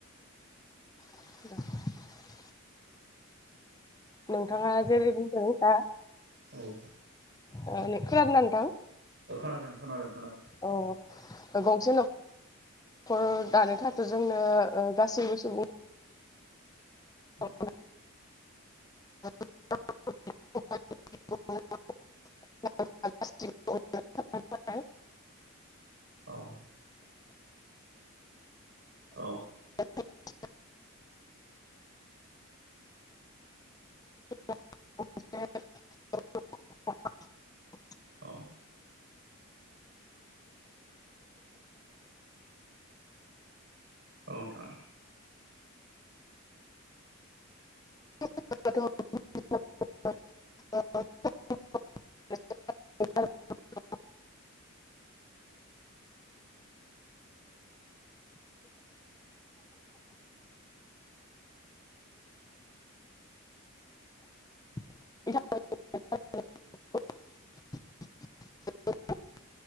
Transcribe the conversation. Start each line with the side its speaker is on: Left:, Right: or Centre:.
Left: <inaudible> नोंथाङा जेरै बुंदों दा
Right: औ
Left: ओ खोनादोंना नोंथां
Right: खोनादों खोनादों
Left: औ गंसे नखर न'खर दानो थाखाय' जोंनो ओ गासैबो सुबुं
Right: खोनादों
Left: <unintelligible> <unintelligible> <unintelligible>
Right: औ। औ।
Left: <inaudible> <unintelligible>
Right: औ। औ नोंथां।
Left: <unintelligible> <unintelligible> <unintelligible>